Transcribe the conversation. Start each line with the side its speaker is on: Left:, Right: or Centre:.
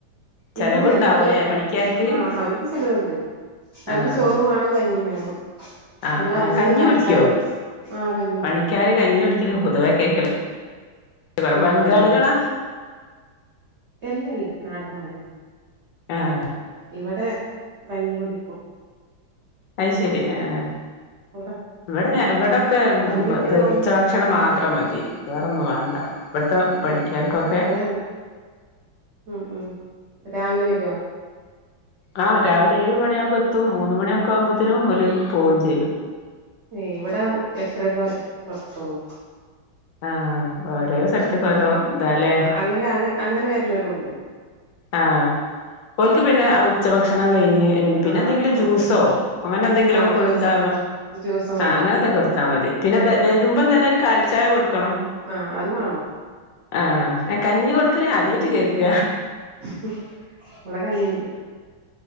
Left: ചെലവുണ്ടാവൂലേ
Right: ഇല്ല രാവിലെ
Left: പണിക്കാർക്ക്
Right: ആ അവർക്ക് ചെലവുണ്ട് അവർക്ക്
Left: ആഹ്
Right: ചോറും വേണം കഞ്ഞീം വേണം
Left: ആഹ്
Right: പിന്നെ വന്നേക്ക്
Left: ആഹ് കഞ്ഞി
Right: കാലിച്ചായ
Left: കുടിക്കോ
Right: കൊടുക്കും ആഹ് കഞ്ഞി കുടിക്കും
Left: പണിക്കാര് കഞ്ഞി കുടിക്കല് പൊതുവേ കേക്കലേ <unintelligible>
Right: ആഹ്
Left: ബംഗാളികളാ
Right: എല്ലല്ല നാടന്മാരന്ന
Left: ആഹ്
Right: ഇവിടെ കഞ്ഞി കുടിക്കും
Left: അയ്ശരി ആഹ്
Right: അവിടെ
Left: ഇവിടെ
Right: ഉം
Left: ഇവിടൊക്കെ
Right: വന്നിക്ക
Left: ഇത്
Right: നമ്മള്
Left: ഉച്ച ഭക്ഷണം മാത്രം മതി വേറൊന്നും വേണ്ട ഇവിടുത്തെ പണിക്കാർക്കൊക്കെ
Right: ഇവിടെ ഉം ഉം രാവിലെ വരുവോ
Left: ആഹ് രാവിലെ ഏഴ് മണിയ ആകുമ്പോ എത്തും മൂന്ന് മണിയൊക്കെ ആവുമ്പത്തേനും ഓല് പോവേം ചെയ്യും
Right: ഏഹ് ഇവിട എട്ടരക്കെ ത്തൊള്ളൂ
Left: ആഹ് ഓരോ സ്ഥലത്തേക്ക് ഓരോ ഇതാല്ലേ
Right: അങ്ങലെ അങ്ങ് അങ്ങനെ വര്ന്നോര്ണ്ട്
Left: ആഹ് ഓൽക്ക് പിന്നെ ആ ഉച്ചഭക്ഷണം കഴിഞ്ഞ് പിന്നെ
Right: ആ
Left: എന്തെങ്കിലും ജ്യൂസോ
Right: ഒരു
Left: അങ്ങനെ എന്തെങ്കിലുമൊക്കെ
Right: ആ ജ്യൂസ്
Left: കൊടുത്താ
Right: ആ ജ്യൂസ് മതി
Left: ആഹ് അങ്ങനെന്തെങ്കിലും കൊടു ത്താ മതി പിന്നെ
Right: ഉം
Left: വരുമ്പം തന്നെ ഒരു കാൽചായ കൊടുക്കണം
Right: ആ അത് വേണോ
Left: ആഹ് കഞ്ഞി കൊടുക്കല് ആദ്യായിട്ട് കേക്ക
Right: <unintelligible> ഇവിട കഞ്ഞിണ്ട്